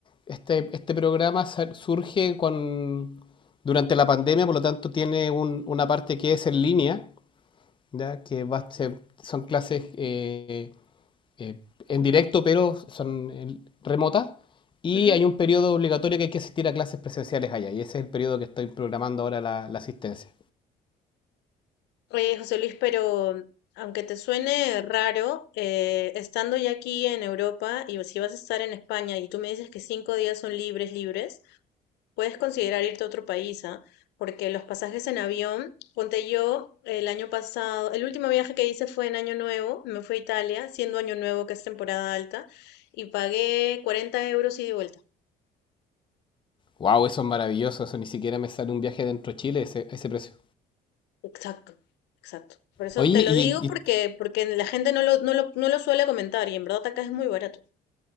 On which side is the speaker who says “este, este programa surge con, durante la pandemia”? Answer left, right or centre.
Left